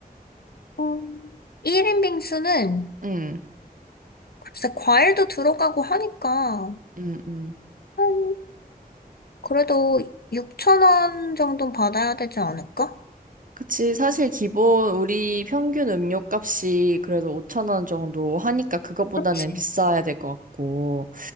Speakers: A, on the left (about 80°); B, on the right (about 60°).
A: 음, 1인 빙수는,
B: 음,
A: 글쎄, 과일도 들어가고 하니까,
B: 음, 음.
A: 한, 그래도 6천원 정도 는 받아야 되지 않을까?
B: 그치. 사실 기본 우리 평균 음료값이 그래도 5천 원 정도 하니까 그것보다는
A: 그치?
B: 비싸야 될 것 같고.